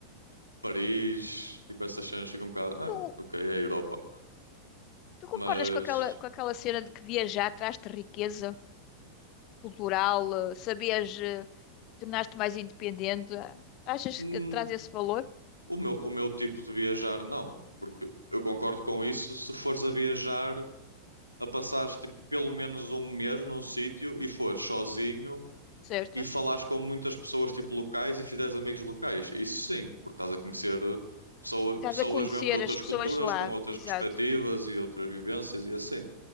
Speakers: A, on the right; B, on the left.
A: Paris, tipo essas cenas ficam um bocado. Ah,
B: Tu,
A: ok, é a Europa.
B: tu concordas
A: Mas
B: com aquela, com aquela cena de que viajar traz-te riqueza cultural, eh, sabias, eh, tornar-te mais independente? Achas
A: hum,
B: que traz esse valor,
A: o meu, o meu tipo de viajar não. Porque eu concordo com isso se fores a viajar. a passares tipo, pelo menos um mês num sítio e fores sozinho
B: certo?
A: e falares com muitas pessoas tipo locais e fizeres amigos locais. Isso sim, porque estás a conhecer eh, pessoa,
B: Estás
A: pessoas
B: a conhecer
A: mesmo de outras
B: as pessoas
A: culturas,
B: de lá,
A: com outras
B: exato.
A: perspectivas e outras vivências e assim.